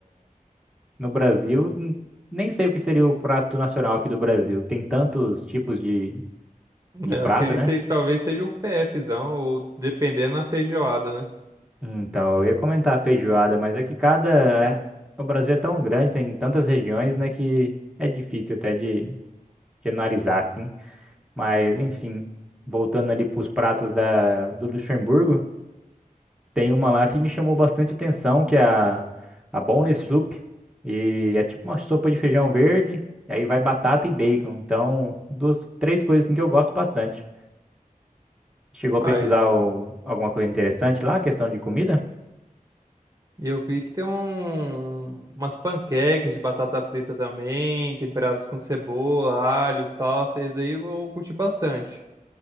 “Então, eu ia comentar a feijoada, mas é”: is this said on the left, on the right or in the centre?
Centre